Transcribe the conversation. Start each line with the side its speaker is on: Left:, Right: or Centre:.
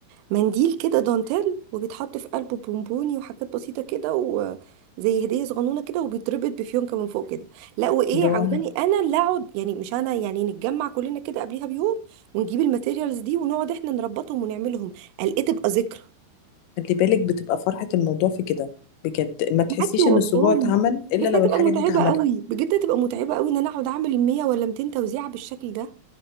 Right: منديل كده دانتيل وبيتحط في قلبه بونبوني وحاجات بسيطه كده وزي هديه صغنونه كده وبيتربط بفيونكه من فوق كده لا وايه
Left: اللي
Right: عاوزاني
Left: هو
Right: انا اللي اقعد يعني مش انا يعني نتجمع كلنا كده قبليها بيوم ونجيب الماتيريالز دي ونقعد احنا نربطهم ونعملهم قال ايه تبقى ذكرى
Left: خلي بالك بتبقى فرحة الموضوع في كده بجد ما تحسيش
Right: معاكي والله
Left: ان السبوع اتعمل الا
Right: بس هتبقى
Left: لو الحاجة
Right: متعبه
Left: دي اتعملت
Right: قوي بجد هتبقى متعبه قوي ان انا اقعد اعمل 100 ولا 200 توزيعه بالشكل ده